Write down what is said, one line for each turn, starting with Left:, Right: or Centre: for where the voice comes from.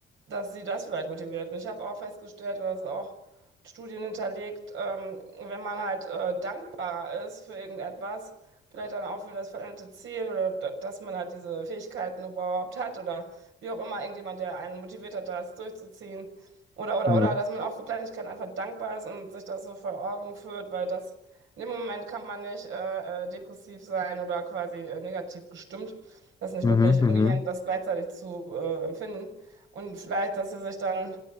Right: dass sie das vielleicht motiviert. Und ich habe auch festgestellt, oder das ist auch mit Studien hinterlegt, ähm, wenn man halt äh, dankbarer ist für irgendetwas, vielleicht dann auch für das veränderte Ziel oder da, dass man halt diese Fähigkeiten überhaupt hat oder wie auch immer, irgendjemand, der einen motiviert hat, das durchzuziehen. Oder, oder,
Left: Mhm.
Right: oder, dass man auch für Kleinigkeiten einfach dankbar ist und sich das so vor Augen führt, weil das in dem Moment kann man nicht äh, äh, depressiv sein oder quasi äh, negativ gestimmt das nicht
Left: Mhm.
Right: möglich, irgendwie
Left: Mhm.
Right: hin, das gleichzeitig zu äh, empfinden. Und vielleicht, dass sie sich dann